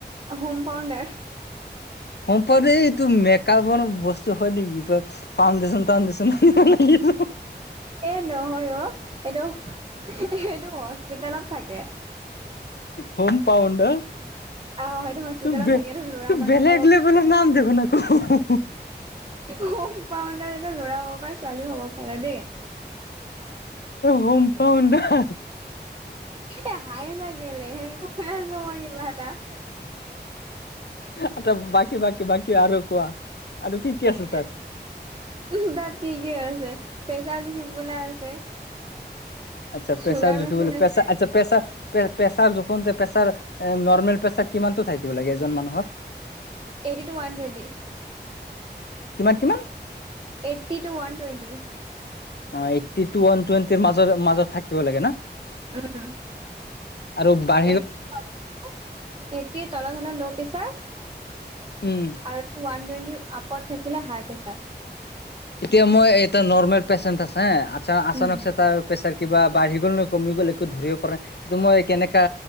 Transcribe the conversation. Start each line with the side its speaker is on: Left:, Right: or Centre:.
Right: হুম পাউণ্ডাৰ।
Left: হুম পাউণ্ডাৰ এই এইটো মেকাপৰ বস্তু হয় নেকি। কোৱা চোন ফাউণ্ডিছন টাউণ্ডিছন হে হে লাগিব।
Right: এহ নহয় অ, এইটো হেঁ এইটো হস্পিতেলত থাকে।
Left: হোম পাউণ্ডাৰ
Right: অ সেইটো হস্পিতেলত
Left: টো বে
Right: থাকে এইটো ল'ৰা
Left: টো
Right: মানুহ
Left: বেলেক লেৱেলৰ নাম দেখোন আক, হে হে।
Right: হুম পাউণ্ডাৰ এটা লৰাও হব পাৰে। ছোৱালী হব পাৰে দেই।
Left: হুম পাউণ্ডাৰ
Right: এহ হাঁহিছা কেলে সেহ, কৈ আছো মই কেলা তাক।
Left: আচ্ছা বাকী বাকী বাকী আৰু কোৱা। আৰু কি
Right: তাত
Left: কি আছে
Right: কি কি আছে, প্ৰেছাৰ জুখিবলৈ আছে।
Left: আচ্ছা
Right: চুগাৰ
Left: পেছাৰ জুখিবলৈ
Right: মেচিন আছে
Left: পেছা আচ্ছা পেছাৰ পেছাৰ যুনখুংটে পেছাৰ এ নৰ্মেল পেছাৰ কিমানটো থাকিব লাগে এজন মানুহৰ?
Right: Eighty two one twenty.
Left: কিমান কিমান
Right: এইটতি টু ওয়ান টোৱেণ্টি।
Left: অ এইতটি টু ওৱান টুৱেণ্টিৰ মাজ মাজত থাকিব লাগে না।
Right: উম।
Left: আৰু বা
Right: এইট <unintelligible> এইটি তলত হ'লে ল' পেছাৰ।
Left: উম।
Right: আৰু ওৱান টুৱেণ্টিৰ আপত থাকিলে হাই পেছাৰ।
Left: এতিয়া মই এটা নৰ্মেল পেচেণ্ট আছে এ আচ আচানকচে
Right: উম।
Left: তাৰ পেচাৰ কিবা বাঢ়ি গ'ল নে কমি গ'ল একো ধৰিব পৰা নাই। ত'মই কেনেকা